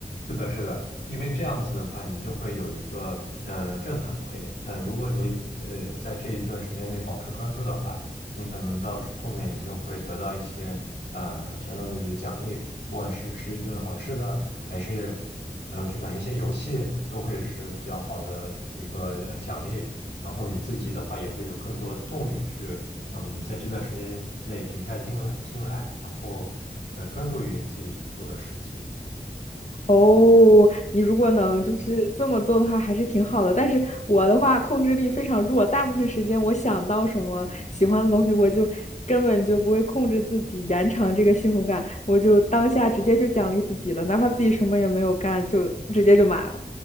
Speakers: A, on the left; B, on the left.
A: 是的，是的，因为这样子的话，你就会有一个呃正反馈。呃，如果你呃在这一段时间内保持专注的话，你可能到之后面你就会得到一些呃相当于奖励，不管是吃一顿好吃的，还是呃去玩一些游戏，都会是比较好的一个呃奖励。然后你自己的话也会有更多的动力去嗯在这段时间内平下心来心来，然后呃专注于你自己所做的事情。
B: 哦，你如果能就是这么做的话，还是挺好的。但是我的话，控制力非常弱，大部分时间我想到什么喜欢的东西，我就根本就不会控制自己延长这个幸福感，我就当下直接就奖励自己了，哪怕自己什么也没有干，就直接就买了。